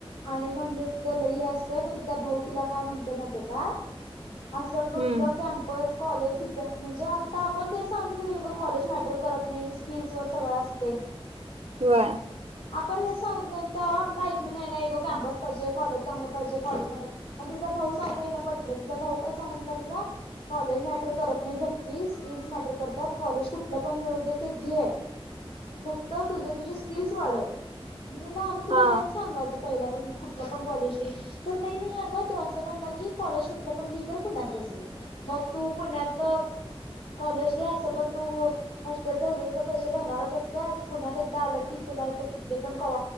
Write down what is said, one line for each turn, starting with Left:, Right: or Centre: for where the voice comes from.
Left: आणि म्हणजे तिथं लही असते मग तिचा भाऊ तिला काय म्हणतो माहिती आहे का असं कुठलं
Right: हम्म
Left: कॅम्पस कॉलेज डिपेंड म्हणजे आता आपण तेच सांगत होतो की ग नाही का कॉलेज मॅटर करत नाही स्किल्स वर सगळं असते
Right: वय
Left: आपण हे सांग आपला ऐकल नाही नाही कॅम्पस चांगल पाहिजे कॉलेज चांगलं पाहिजे कॉलेज ला टाक आणि तिचा भाऊ सांगितल्यावर तिला पटल तिचा भाऊ काय सांगितला तिला कॉलेज झालं तर मॅटर करत कॉलेज कुठ पण मिळ दे ते घे फक्त तुझी तुझी स्किलस वाढव आम्ही तुला
Right: हा
Left: हेच सांगालतो पहिला बस कुठलं पण कॉलेज घेल तर नाही नाही अगं तो असं म्हणला की कॉलेज कुठलं पण घे पुण्यातलच घे मग तू पुण्यातलं कॉलेज घ्या अस पण तू हॉस्टेल जायच तर पैसे भरणारच असतेस पुण्यात एकदा आलं की तुला इथ कुठली पण क